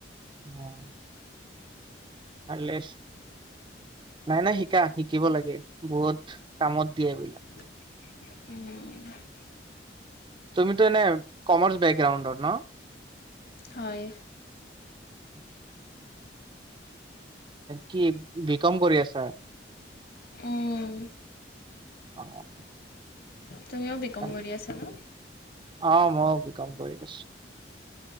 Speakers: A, on the right; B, on the left.
A: অ'। ভালে হৈছে। নাই, নাই শিকা শিকিব লাগে বহুত কামত দিয়ে এইবিলাক।
B: উম।
A: তুমিতো এনে কমাৰ্চ বেকগ্ৰাউণ্ডৰ ন।
B: হয়।
A: <inaudible> কি বি কম কৰি আছা
B: উম।
A: <inaudible>
B: তুমিও বি কম
A: ভালে।
B: কৰি আছা ন।
A: অ', মইও বি কম কৰি আছোঁ।